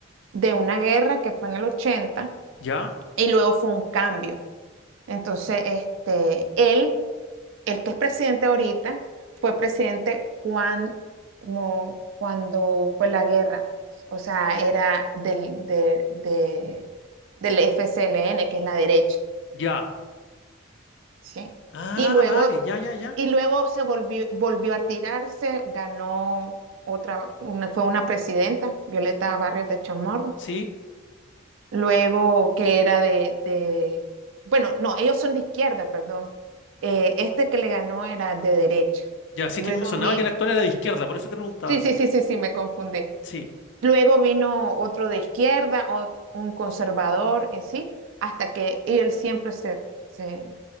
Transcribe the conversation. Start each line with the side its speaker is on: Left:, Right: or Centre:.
Right: de una guerra que fue en el 80.
Left: ¿Ya?
Right: y luego fue un cambio. Entonces, este, él, el que es presidente ahorita, fue presidente cuando, como cuando fue la guerra, pues. O sea, era del, de- de- del FCLN, que es la derecha,
Left: Ya.
Right: ¿sí?
Left: Ah,
Right: Y luego,
Left: vale, ya, ya, ya.
Right: y luego se volvió, volvió a tirarse, ganó otra, una, fue una presidenta, Violeta Barrios de Chamorro,
Left: Sí,
Right: luego que era de, de- bueno, no, ellos son de izquierda, perdón, Eh, este que le ganó era de derecha,
Left: ya. Sí
Right: luego
Left: que me sonaba
Right: vino,
Left: que el actual era de izquierda, por eso te preguntaba.
Right: sí, sí, sí, sí, sí, me confundí,
Left: Sí.
Right: luego vino otro de izquierda, o- un conservador, y así, hasta que y él siempre se, se